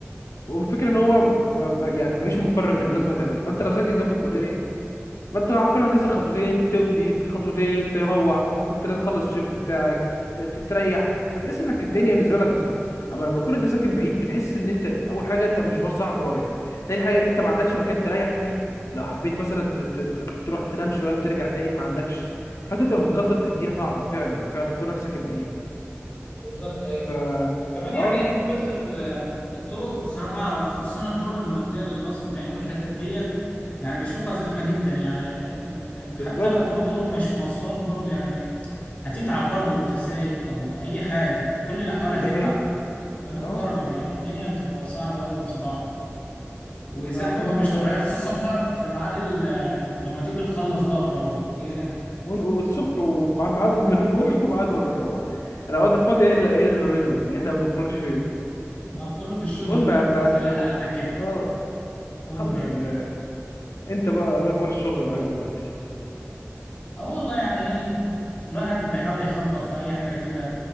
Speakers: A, on the left; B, on the left.
A: والفكره ان هو م- م- يعني مفيش مفر منه لازم هتعمله فانت لو ساكن جنب الكليه فانت عارفين هتنزل خطوتين تمضي خطوتين تروح خطوتين تلاته تخلص الشيفت بتاعك ت- ت- تريح هتحس انك الدنيا بالنسبه لك بسيطه اما لما تكون انت ساكن بعيد بتحس ان انت اول حاجه انت مشوار صعب رايح تاني حاجه انت ما عندكش مكان تريح فيه لو حبيت مثلا ت- ت- ت- تروح تنام شويه وترجع تاني ما عندكش فانت تبقى متقدر تقديره صعبه فعلا فعلا كونك ساكن بعيد
B: بالظبط ايوه
A: ف
B: كمان
A: اه
B: يعني ايه مشكله ال- آه، الطرق بصراحه خصوصا الطرق المؤديه للقصر العيني والحتت ديت يعني بشوفها زحمه جدا يعني ال- ال-
A: بالظبط
B: حتى لو برضه مش مواصلات برضه يعني هتتعب برضه وانت سايق او اي حاجه في كل الاحوال
A: دي
B: هتتعب
A: حقيقه
B: يعني انا
A: اه
B: مجرب يعني الدنيا بتبقى صعبه قوي بصراحه وزحمه
A: الحمد
B: بقى مش
A: لله
B: طبيعيه خصوصا ف- في ميعاد ال- آه، لما تيجي تخلص بقى وتروح ياه
A: ون- والصبح وميعاد ما بنروح وميعاد <laughs> ما بنروح الاوقات الفاضيه هي اللي هي اللي ما بينهم اللي احنا ما بنخرجش فيهم
B: ما كله في الشغل
A: المهم ما
B: بقى زي
A: ما
B: حالاتك كده
A: اه
B: أمور
A: الحمد
B: يا
A: لله
B: كبير
A: انت بقى ايه اخبار الشغل معاك دلوقتي
B: أه والله يعني إيه الواحد بيحاول يخبط في أي حاجة كده